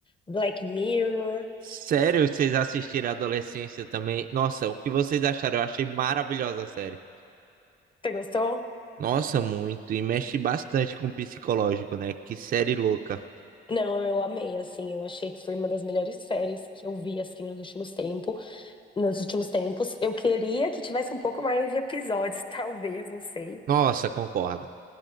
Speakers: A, on the left; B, on the right.
A: Black Mirror.
B: Sério, vocês assistiram a Adolescência também? Nossa, o que vocês acharam? Eu achei maravilhosa a série.
A: Você gostou?
B: Nossa, muito. E mexe bastante com o psicológico, né? Que série louca.
A: Não, eu amei, assim, eu achei que foi uma das melhores séries que eu vi, assim, nos últimos tempos. Nos últimos tempos, eu queria que tivesse um pouco mais de episódios, <laughs> talvez, não sei,
B: Nossa, concordo.